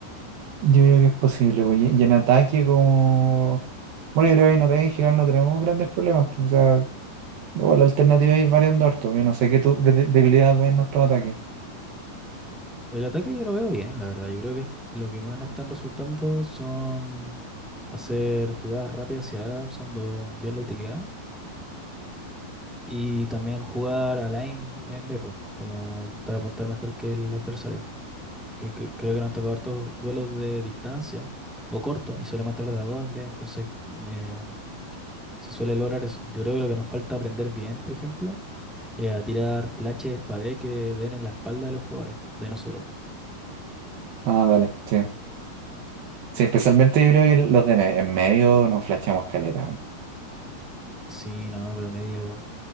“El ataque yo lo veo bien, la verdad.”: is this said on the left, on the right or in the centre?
Centre